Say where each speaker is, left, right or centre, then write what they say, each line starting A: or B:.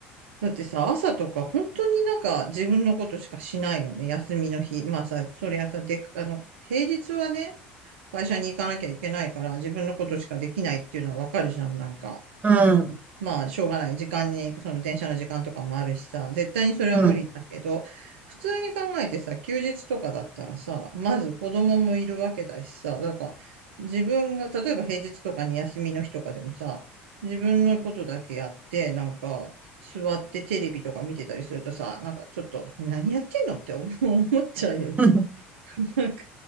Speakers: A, on the right; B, on the right.
A: だってさ、朝とか本当になんか自分のことしかしないのね、休みの日。まあさ、そりゃさ、で、あの、平日はね、会社に行かなきゃいけないから自分のことしかできないっていうのはわかるじゃん、なんか。
B: うん。
A: まあ、しょうがない。時間に、その電車の時間とかもあるしさ、絶対にそれは無理だけど、
B: うん。
A: 普通に考えてさ、休日とかだったらさ、まず子供もいるわけだしさ、だから自分が、例えば平日とかに休みの日とかでもさ、自分のことだけやって、なんか、座ってテレビとか見てたりするとさ、なんかちょっと、何やってんのって思思っちゃうよね。
B: <laughs>
A: <laughs> なんか、